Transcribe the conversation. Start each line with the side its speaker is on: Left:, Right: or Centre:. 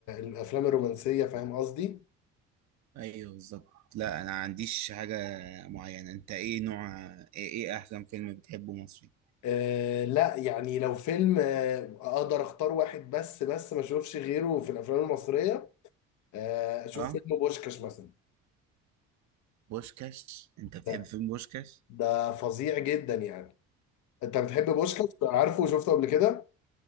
Left: الافلام الرومانسيه فاهم قصدي
Right: ايوه بالظبط لا انا عنديش حاجه معينه انت ايه نوع ايه, ايه احسن فيلم بتحبه مصري؟
Left: أه لا يعني لو فيلم أه اقدر اختار واحد بس بس ما اشوفش غيره في الافلام المصريه أه اشوف
Right: اه
Left: فيلم بوشكاش مثلا
Right: بوشكاش انت بتحب
Left: ده
Right: فيلم بوشكاش؟
Left: ده فظيع جدا يعني انت بتحب بوشكاش عارفه وشفته قبل كده